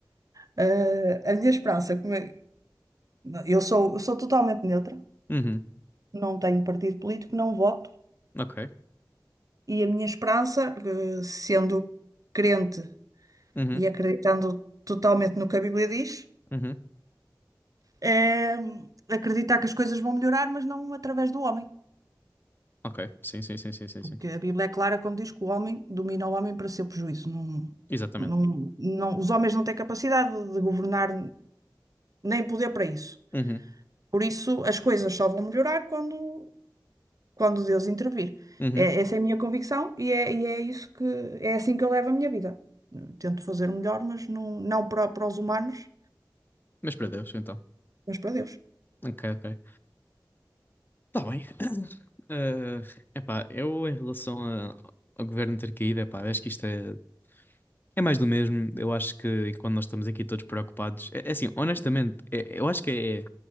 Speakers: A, on the right; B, on the left.
A: Eh, a minha esperança, como é- eu sou, eu sou totalmente neutra,
B: Uhum,
A: não tenho partido político, não voto,
B: ok.
A: e a minha esperança, eh, sendo crente
B: Uhum,
A: e acreditando totalmente no que a Bíblia diz,
B: uhum.
A: é acreditar que as coisas vão melhorar, mas não através do homem.
B: Ok, sim, sim, sim, sim, sim,
A: Porque
B: sim.
A: a Bíblia é clara quando diz que o homem domina o homem para seu prejuízo. Não,
B: Exatamente.
A: não, não, os homens não têm capacidade de governar nem poder para isso.
B: Uhum,
A: Por isso, as coisas só vão melhorar quando, quando Deus intervir.
B: uhum.
A: É, essa é a minha convicção e é, e é isso que é assim que eu levo a minha vida. Tento fazer o melhor, mas não, não para, para os humanos,
B: Mas para Deus, então.
A: mas para Deus.
B: Ok, ok. Tá bem. <coughs> Eh, epá, eu em relação a- ao governo ter caído, epá, acho que isto é, é mais do mesmo. Eu acho que enquanto nós estamos aqui todos preocupados, é, é assim, honestamente, é- eu acho que